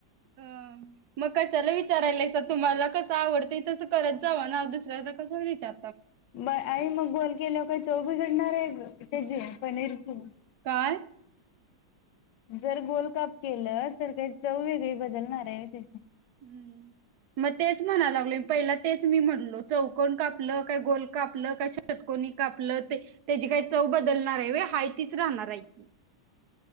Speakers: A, on the right; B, on the left.
A: अ मग कशाला विचारायलाईसा? तुम्हाला कसं आवडतय तसं करत जावा ना दुसऱ्याला कसं विचार
B: ब आई मग बोल केल्याव पण चव बदलणार हाय त्याजे पनीरची
A: काय?
B: जर गोलकाप केलं तर काही चव वेगळी बदलणार हाय व्हय त्याची?
A: हम्म मग तेच म्हणा लागलोय पहिला तेच मी म्हणलो चौकण कापलं काही गोल कापलं काय षटकोनी कापलं ते त्याजी काय चव बदलणार हाय व्हय हाय तीच राहणार आहे की